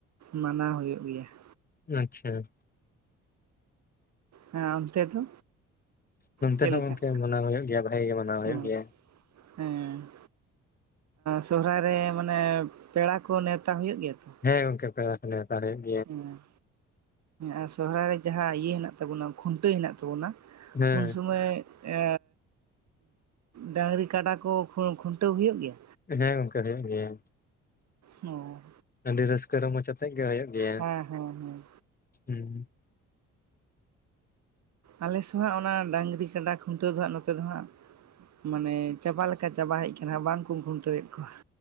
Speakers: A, on the right; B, on the left.
A: ᱢᱟᱱᱟᱣ ᱦᱩᱭᱩᱜ ᱜᱮᱭᱟ ᱾
B: ᱟᱪᱪᱷᱟ ᱾
A: ᱦᱮᱸ ᱚᱱᱛᱮ ᱫᱚ
B: ᱱᱚᱱᱛᱮ
A: ᱪᱮᱜ
B: ᱦᱚᱸ
A: ᱞᱮᱠᱟ
B: ᱜᱚᱝᱠᱮ ᱢᱟᱱᱟᱣ ᱦᱩᱭᱩᱜ ᱜᱮᱭᱟ ᱵᱷᱟᱜᱮ ᱜᱮ ᱢᱟᱱᱟᱣ
A: ᱦᱮᱸ
B: ᱦᱩᱭᱩᱜ ᱜᱮᱭᱟ
A: ᱼᱼ ᱦᱮᱸ ᱼᱼ ᱥᱚᱦᱚᱨᱟᱭ ᱨᱮ ᱢᱟᱱᱮ ᱯᱮᱲᱟ ᱠᱚ ᱱᱮᱣᱛᱟ ᱦᱩᱭᱩᱜ ᱜᱮᱭᱟ ᱛᱚ?
B: ᱦᱮᱸ ᱜᱚᱝᱠᱮ ᱯᱮᱲᱟ ᱱᱮᱣᱛᱟ ᱦᱩᱭᱩᱜ ᱼᱼ
A: ᱦᱮᱸ ᱟᱨ ᱥᱚᱦᱚᱨᱟᱭ ᱨᱮ ᱡᱟᱸᱦᱟ ᱤᱭᱟᱹ ᱦᱮᱱᱟᱜ ᱛᱟᱵᱚᱱᱟ ᱠᱷᱩᱱᱴᱟᱹ ᱦᱮᱱᱟᱜ ᱛᱟᱵᱚᱱᱟ
B: ᱦᱮᱸ
A: ᱩᱱ ᱥᱟᱢᱚᱭ ᱮ ᱰᱟᱺᱝᱨᱤ ᱠᱟᱰᱟ ᱠᱚ ᱠᱷᱩᱱᱴᱟᱹᱣ ᱦᱩᱭᱩᱜ ᱜᱮᱭᱟ?
B: ᱦᱮᱸ ᱜᱚᱝᱠᱮ ᱦᱩᱭᱩᱜ ᱜᱮᱭᱟ ᱾
A: ᱚᱸ
B: ᱟᱹᱰᱤ ᱨᱟᱹᱥᱠᱟᱹ ᱨᱚᱢᱡᱽ ᱟᱛᱮᱜ ᱜᱮ ᱦᱩᱭᱩᱜ ᱜᱮᱭᱟ
A: ᱦᱮᱸ ᱦᱮᱸ ᱦᱮᱸ
B: ᱦᱩᱸ ᱾
A: ᱟᱞᱮ ᱥᱩᱦᱟᱸᱜ ᱚᱱᱟ ᱰᱟᱺᱝᱨᱤ ᱠᱟᱰᱟ ᱠᱷᱩᱱᱴᱟᱹᱣ ᱫᱚ ᱦᱟᱸᱜ ᱱᱚᱛᱮ ᱫᱚ ᱦᱟᱸᱜ ᱼᱼ ᱢᱟᱱᱮ ᱪᱟᱵᱟ ᱞᱮᱠᱟ ᱪᱟᱵᱟ ᱦᱮᱡ ᱠᱟᱱᱟ ᱵᱟᱝ ᱠᱩ ᱠᱷᱩᱱᱴᱟᱹᱣᱮᱫ ᱠᱚᱣᱟ ᱾